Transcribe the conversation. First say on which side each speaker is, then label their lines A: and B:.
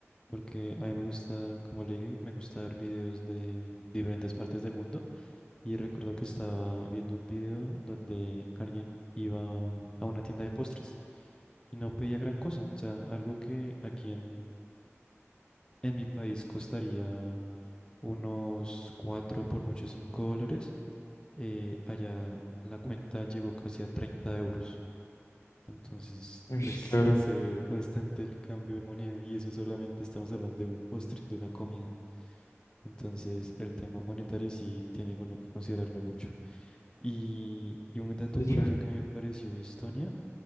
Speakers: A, on the left (about 20°); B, on the left (about 80°).
A: Porque a mí me gusta, como le dije, me gusta ver videos de diferentes partes del mundo Y recuerdo que estaba viendo un video donde alguien iba a una tienda de postres y no pedía gran cosa. O sea, algo que aquí en, en mi país costaría unos cuatro por mucho 5 dólares. eh, allá la cuenta llegó casi a 30 euros. Entonces,
B: Ush,
A: pues
B: claro,
A: se ve bastante el cambio de moneda y eso solamente estamos hablando de un postre, de una comida. Entonces, el tema monetario sí tiene uno que considerarlo mucho. Y, y un dato
B: es
A: curioso
B: raro.
A: que me pareció de Estonia